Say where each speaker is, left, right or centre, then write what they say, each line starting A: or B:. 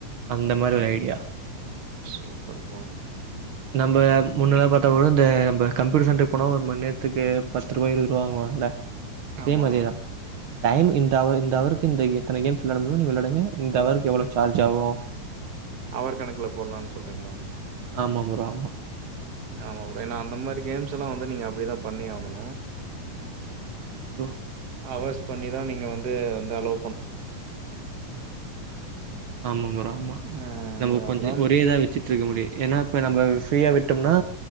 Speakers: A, on the right; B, on the right.
A: அந்த மாரி ஒரு ஐடியா
B: சூப்பர் ப்ரோ
A: நம்ப முன்னல்ல பாத்தா கூட இந்த நம்ப கம்யூட்டர் சென்டர் போனா ஒரு மணி நேரத்துக்கு பத்ருவா இருவத்ருவா வாங்குவாங்கல சேம்
B: ஆமா.
A: அதேதா டைம் இந்த அவர் இந்த அவருக்கு இந்த எத்தன கேம்ஸ் வெளையாடமுடியுமோ நீங்க வெளையாடுங்க இந்த அவருக்கு எவ்வள சார்ஜ் ஆவு
B: அவர் கணக்குல போடலான்னு சொல்றீங்களாங்க
A: ஆமா ப்ரோ ஆமா
B: ஆமா ப்ரோ ஏனா அந்த மாரி கேம்ஸ் ஆக்சுவல்லா வந்து நீங்க அப்டி தா பண்ணி ஆவணு
A: ஏ ப்ரோ
B: அவர்ஸ் பண்ணி தா நீங்க வந்து வந்து அலோ
A: ஆமா ப்ரோ ஆமா
B: அ
A: நம்ம கொஞ்சோ
B: அப்புறம்
A: ஒரே இதா வெச்சிட்ருக்க முடியு எனா இப்ப நம்ப ஃப்ரீயா விட்டம்னா